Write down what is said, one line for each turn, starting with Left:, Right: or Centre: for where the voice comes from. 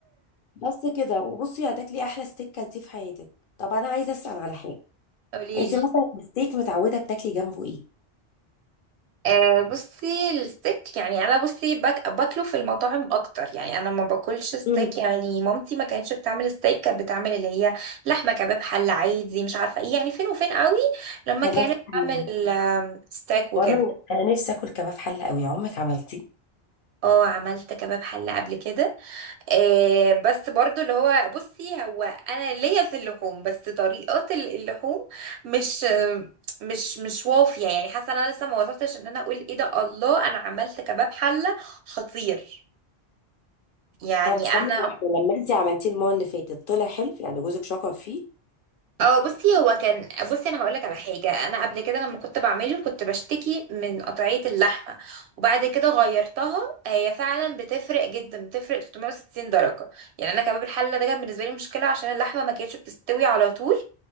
Left: بس كده وبصي هتاكلي احلى ستيك كلتيه في حياتك طب انا عايزه اسال على حاجه
Right: قوليلي
Left: انت مثلا الستيك متعوده بتاكلي جنبه ايه
Right: آه بصي الستيك يعني انا بصي باك... باكله في المطاعم اكتر يعني انا ما باكلش ستيك
Left: مم.
Right: يعني مامتي ما كانتش بتعمل ستيك كانت بتعمل اللي هي لحمه كباب حله عادي مش عارفه ايه يعني فين وفين قوي لما
Left: كباب
Right: كانت
Left: حله
Right: بتعمل آم، ستيك وكده
Left: والله انا نفسي اكل كباب حله قوي عمرك عملتيه
Right: اه عملت كباب حله قبل كده آه بس برضو اللي هو بصي هو انا ليا في اللحوم بس طريقات ال- اللحوم مش آه، مش مش وافيه يعني حاسه انا لسه ما وصلتش ان انا اقول ايه ده الله انا عملت كباب حله خطير يعني
Left: طب ثانيه
Right: انا
Left: واحده لما انت عملتيه المره اللي فاتت طلع حلو يعني جوزك شكر فيه
Right: اه بصي هو كان بصي انا هقولك على حاجه انا قبل كده لما كنت بعمله كنت بشتكي من قطعيه اللحمه وبعد كده غيرتها هي فعلا بتفرق جدا بتفرق 360 درجه يعني انا كباب الحله ده كان بالنسبه لي مشكله عشان اللحمه ما كانتش بتستوي على طول